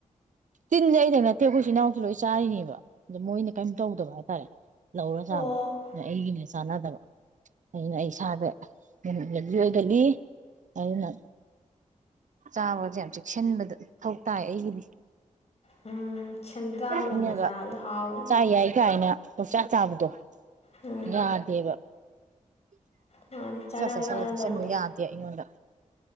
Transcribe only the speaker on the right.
ꯇꯤꯟ ꯖꯦ ꯑꯩꯅ ꯅꯦ ꯏꯦꯛ ꯑꯩꯈ ꯏꯆ ꯏꯅꯥꯎꯁꯨ ꯂꯣꯏ ꯆꯥꯔꯤꯅꯦꯕ ꯑꯗ ꯃꯣꯏꯅ ꯀꯩꯝ ꯇꯧꯗꯕ ꯍꯥꯏꯦ ꯍ ꯂꯧꯔꯣ
ꯆꯥꯕꯗꯣ ꯑꯩꯒꯤꯅꯦ ꯁꯅꯗꯕ ꯑꯩꯅ ꯏꯁꯥꯗ ꯃꯃꯗꯤ ꯑꯣꯏꯒꯜꯂꯤ ꯑꯗꯨꯅ ꯆꯥꯕꯁꯦ ꯌꯥꯝ ꯆꯦꯛꯁꯤꯟꯕꯗ ꯃꯊꯧ ꯇꯥꯏ ꯑꯩꯒꯤꯗꯤ
ꯑꯗꯨꯅ ꯃꯤꯅꯒ
ꯆꯥ ꯌꯥꯏ ꯀꯥꯏꯅ ꯄꯪꯆꯥ ꯆꯥꯕꯗꯣ
ꯌꯥꯗꯦꯕ ꯎꯝ
ꯆ ꯆꯠꯁꯟꯂ
ꯊꯨꯞꯁꯟꯕ ꯌꯥꯗꯦ ꯑꯩꯉꯣꯟꯗ